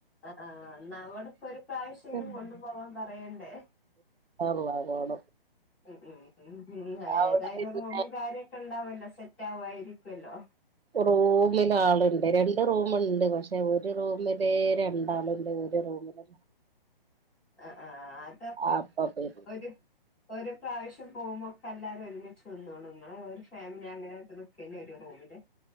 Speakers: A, in the centre; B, on the right.
A: ആഹ് ആഹ് എന്നാ അവിടിപ്പോ ഒരു പ്രാവശ്യേലും
B: ഇൻഷാ
A: കൊണ്ടു പോവാൻ പറയണ്ടേ
B: യാ അള്ളാ പോണം
A: ഉം ഉം ഉം ഉം ഏതായാലും
B: അവിടെ പിന്നെ
A: നോമ്പും കാര്യങ്ങ- ക്കെ ഉണ്ടാവല്ലോ സെറ്റ് ആവായിരിക്കുവല്ലോ
B: റൂമില് ആളുണ്ട് രണ് ണ്ട് റൂമുണ്ട് പക്ഷെ ഒരു റൂമിലേ രണ്ടാളുണ്ട് ഒരു റൂമില്
A: ആഹ് ആഹ് അതപ്പൊ
B: അപ്പോ പി
A: ഒരു ഒരു പ്രാവശ്യം പോകുമ്പോ ഒക്കെ എല്ലാരും ഒരുമിച്ച് നിന്നോളു നിങ്ങള് ഒരു ഫാമിലി അങ്ങനെ നിക്കേണ്ടി വര്വോ റൂമില്